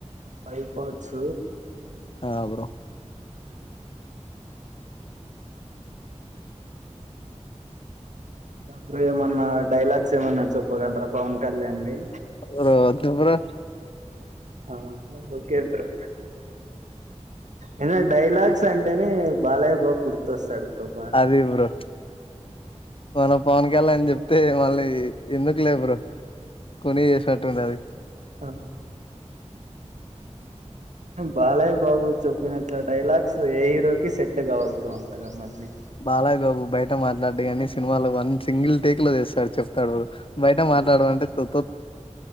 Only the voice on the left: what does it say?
ఆ బ్రో
పోవద్దు బ్రో
అది బ్రో పోన పోన్ ఎల అని చెప్తే మళ్ళీ ఎందుకులే బ్రో కొనీ చేసినట్టుంటది
బాల్లాయ్యబాబు బయట మాట్లాడు కాని సినిమాలో మంచి సింగిల్ టేక్ లో చేస్తారు చెప్తారు బ్రో బయట మాట్లాడడం అంటే టుప్